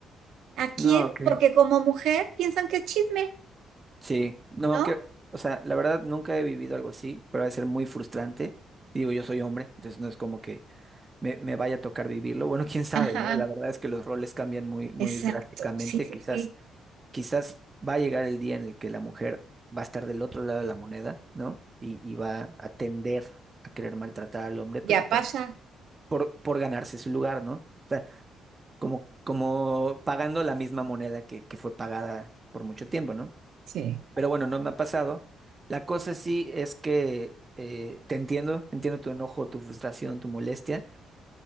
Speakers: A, on the right; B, on the right.
A: ¿A quién?
B: No, que
A: Porque como mujer piensan que es chisme,
B: Sí, no,
A: ¿no?
B: que, o sea, la verdad nunca he vivido algo así, pero debe ser muy frustrante. Digo, yo soy hombre, entonces no es como que me, me vaya a tocar vivirlo. Bueno, <laughs> quién sabe,
A: Ajá,
B: ¿no? La verdad es que los roles cambian muy, muy
A: exacto,
B: drásticamente.
A: sí, sí,
B: Quizás
A: sí,
B: quizás va a llegar el día en el que la mujer va a estar del otro lado de la moneda, ¿no? Y, y va a tender a querer maltratar al hombre, pues
A: ya
B: por,
A: pasa.
B: por, por ganarse su lugar, ¿no? O sea, como, como pagando la misma moneda que, que fue pagada por mucho tiempo, ¿no?
A: Sí.
B: Pero bueno, no me ha pasado. La cosa sí es que eh, te entiendo, entiendo tu enojo, tu frustración, tu molestia.